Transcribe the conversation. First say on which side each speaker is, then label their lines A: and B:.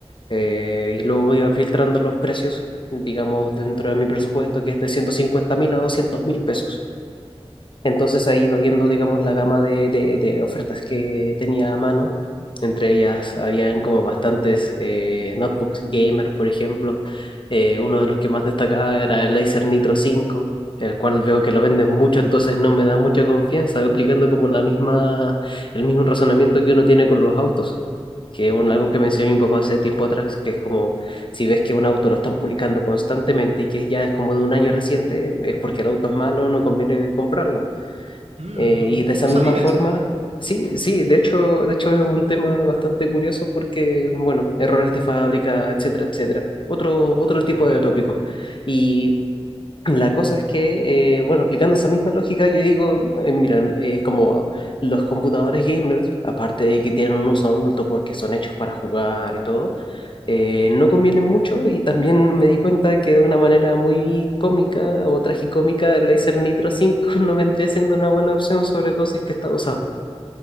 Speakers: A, on the left (about 50°); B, on the right (about 80°).
A: Eh, y luego iba filtrando los precios, digamos, dentro de mi presupuesto, que es de ciento cincuenta mil a doscientos mil pesos. Entonces ahí va viendo, digamos, la gama de, de- de ofertas que tenía a mano. Entre ellas habían como bastantes eh, notebooks gamer, por ejemplo. Eh, uno de los que más destacaba era el Acer Nitro cinco el cual veo que lo venden mucho, entonces no me da mucha confianza, aplicando como la misma, el mismo razonamiento que uno tiene con los autos. que es un- algo que me enseñó mi papá hace tiempo atrás, que es como si ves que un auto lo están publicando constantemente y que ya es como de un año reciente, es porque el auto es malo, no conviene comprarlo.
B: Mm,
A: Eh,
B: no, no
A: y de esa misma
B: sabía
A: forma,
B: eso.
A: sí, sí, de hecho, de hecho es un tema bastante curioso porque, bueno, errores de fábrica, etcétera, etcétera. Otro,
B: Mm,
A: otro tipo
B: claro.
A: de tópicos. Y la cosa es que, eh, bueno, aplicando esa misma lógica, yo digo, eh, mira, eh, como los computadores gamers, aparte de que tienen un uso adulto porque son hechos para jugar y todo, eh, no convienen mucho y también me di cuenta que de una manera muy cómica o tragicómica el Laser Nitro cinco <laughs> no vendría siendo una buena opción, sobre todo si es que está usado.